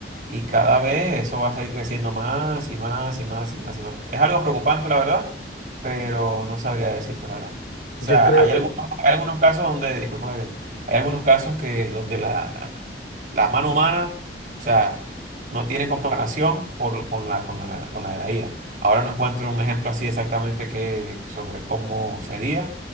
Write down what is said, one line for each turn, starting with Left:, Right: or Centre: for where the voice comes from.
Right: y cada vez eso va a seguir creciendo más y más y más y más y más. Es algo preocupante, la verdad, pero no sabría decirte la verdad. O
Left: Yo
Right: sea,
Left: creo,
Right: hay algunos,
Left: eh,
Right: hay algunos casos donde, disculpa, Gabriel, hay algunos casos que donde la, la, la mano humana, o sea, no tiene comparación por- con la, con la, con la de la IA. Ahora no encuentro un ejemplo así exactamente que, sobre cómo sería,